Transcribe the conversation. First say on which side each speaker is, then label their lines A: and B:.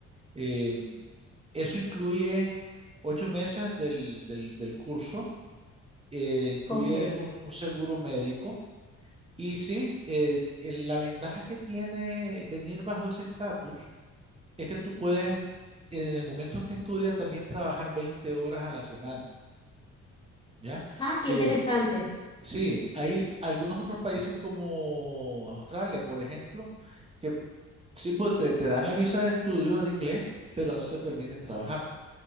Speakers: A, on the right; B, on the left.
A: Eh, eso incluye ocho meses del, del- del curso, eh, incluye
B: Ok.
A: un un seguro médico Y sí, eh, el- la ventaja que tiene venir bajo ese estatus es que tú puedes, en el momento que estudias, también trabajar veinte horas a la semana, ¿ya?
B: Ah, qué
A: Eh,
B: interesante.
A: sí, hay algunos otros países como Australia, por ejemplo, que sí pues, te, te dan la visa de estudio de inglés, pero no te permiten trabajar.